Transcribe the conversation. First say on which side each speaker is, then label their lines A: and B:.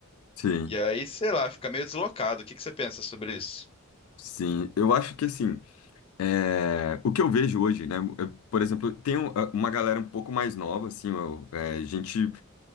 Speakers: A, on the left (about 80°); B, on the left (about 25°).
A: sim,
B: E aí, sei lá, fica meio deslocado. O que que você pensa sobre isso?
A: sim. Eu acho que assim, é, o que eu vejo hoje, né? eu- por exemplo, tem um- uma galera um pouco mais nova, assim, eu- é, gente